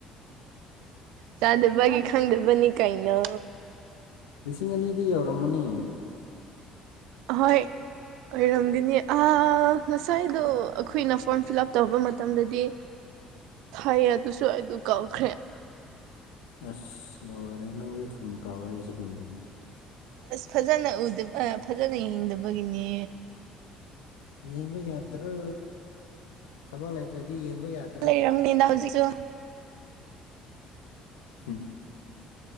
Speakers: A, on the right (about 65°); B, on the left (about 70°).
A: ꯆꯥꯗꯕꯒꯤ ꯈꯪꯗꯕꯅꯤ ꯀꯩꯅꯣ
B: ꯂꯤꯁꯤꯡ ꯑꯅꯤꯗꯤ ꯌꯧꯔꯝꯃꯅꯤ
A: ꯍꯣꯏ ꯑꯣꯏꯔꯝꯒꯅꯤ ꯑ ꯉꯁꯥꯏꯗꯣ ꯑꯩꯈꯣꯏꯅ ꯐꯣꯔꯝ ꯐꯤꯜ ꯑꯞ ꯇꯧꯕ ꯃꯇꯝꯗꯗꯤ
B: <inaudible>
A: ꯐꯩ ꯑꯗꯨꯁꯨ ꯑꯩꯗꯨ ꯀꯧꯈ꯭ꯔꯦ
B: ꯑꯁ ꯂꯣꯏꯔꯦ ꯅꯪꯁꯨ ꯊꯨꯅ ꯀꯥꯎꯋꯦꯁꯦ ꯁꯤꯒꯨꯝꯕꯗꯗꯤ
A: ꯑꯁ ꯐꯖꯅ ꯎꯗ ꯐꯖꯅ ꯍꯤꯡꯗꯕꯒꯤꯅꯦ
B: ꯌꯦꯡꯕ ꯌꯥꯗ꯭ꯔꯣ ꯊꯕꯛ ꯂꯩꯇ꯭ꯔꯗꯤ ꯌꯦꯡꯕ ꯌꯥꯗ
A: ꯂꯩꯔꯝꯅꯤꯅ ꯍꯧꯖꯤꯛꯁꯨ
B: ꯎꯝ